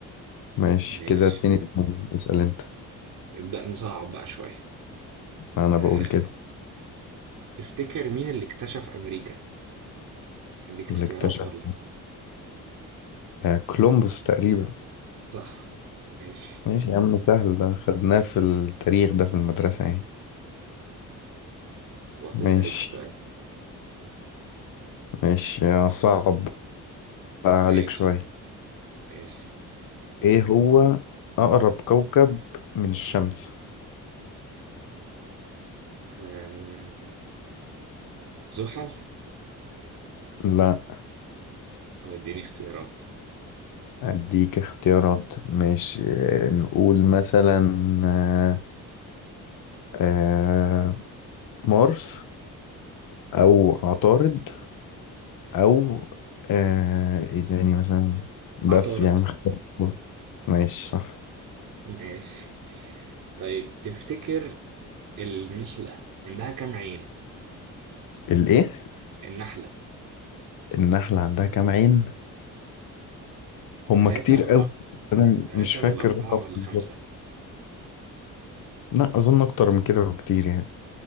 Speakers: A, on the left (about 50°); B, on the right (about 45°).
A: ماشي
B: ماشي
A: كده اتنين اتنين اسأل أنت
B: نبدأ نصعب بقى شوية
A: أنا
B: آه...
A: بقول كده
B: تفتكر مين اللي اكتشف أمريكا؟ أديك
A: اللي
B: اختيارات
A: اكتشف
B: ولا؟
A: آه، كولومبوس تقريبا
B: صح ماشي
A: ماشي يا عم سهل ده خدناه في التاريخ ده في المدرسة يعني
B: خلاص
A: ماشي
B: اسأل انت سؤال
A: ماشي آه، صعب بقى
B: ماشي
A: عليك شوية
B: ماشي
A: ايه هو اقرب كوكب من الشمس
B: آم... زحل
A: لا
B: طب اديني اختيارات
A: اديك اختيارات ماشي نقول مثلا آه، آه، مارس او عطارد او آه، ايه تاني مثلا بس
B: عطارد
A: يعني مختار ماشي صح
B: ماشي طيب تفتكر النحلة عندها كام عين؟
A: الايه
B: النحلة
A: النحلة عندها كام عين هما
B: ثلاثة
A: كتير
B: ولا
A: قوي
B: أربعة؟
A: انا
B: ثلاثة
A: مش فاكر
B: ولا أربعة
A: الرقم
B: ولا
A: بالظبط
B: خمسة؟
A: لا اظن اكتر من كده بكتير يعني